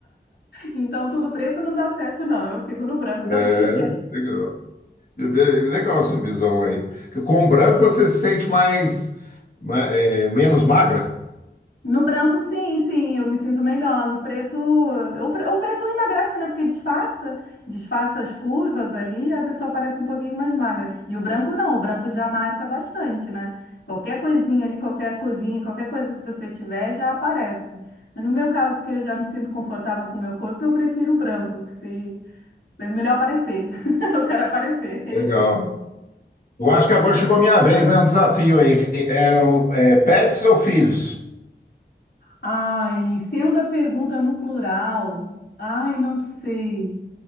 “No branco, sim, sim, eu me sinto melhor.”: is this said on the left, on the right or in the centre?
Left